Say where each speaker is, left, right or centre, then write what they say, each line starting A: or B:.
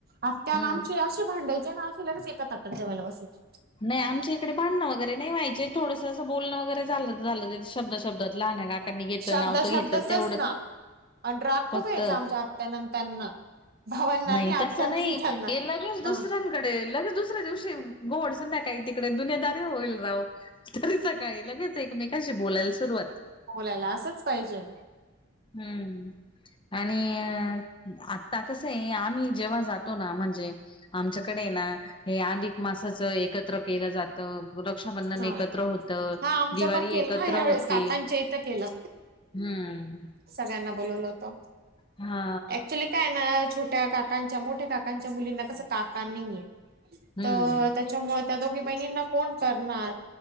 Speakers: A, on the right; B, on the left.
A: आत्या
B: हम्म
A: अन आमच्या भांडायचे ना अशे लगेच. एका ताटात जेवायला बसायचे.
B: नाही. आमच्या इकडे भाडणं वगैरे नाही. व्हायचे थोडं असं बोलणं वगैरे झालं झालं! शब्द शब्दात लहाने काकांनी घेतलं.
A: शब्दा
B: नाव तर
A: शब्दाचच
B: घेतलं तेवढंच
A: ना आणि राग
B: फक्त
A: खूप यायचा आमच्या आत्यान आणि त्यांना भावांना
B: नाही
A: आणि आत्यांना
B: तस नाही
A: आणि त्यांना
B: हे लगेच. दुसऱ्यां
A: हा
B: कडे लगेच दुसऱ्या दिवशी गोड संध्याकाळ तिकडे दुनिदारी होईल जावो. काळी लगेच. एकमेकशी बोलायला सुरुवात
A: बोलायला असंच पाहिजे.
B: हम्म आणि आता कसं आहे. आम्ही जेव्हा जातो ना! म्हणजे आमच्याकडे ना हे अधिक मासाचं एक एकत्र केलं जातं रक्षाबंधन
A: हा
B: एकत्र होत.
A: हा आमचं
B: दिवाळी
A: पण केलं
B: एकत्र
A: ना यावेेळेस
B: होती.
A: काकांच्या इथं केलं
B: हम्म
A: सगळ्यांना बोलवलं होत.
B: हा
A: ऍक्चुली काय ना! छोट्या काकांच्या मोठ्या काकांच्या मुलींना कस काका नाहीे. तर
B: हम्म
A: त्या त्याच्यामुळे त्या दोघी बहिणींना कोण करणार!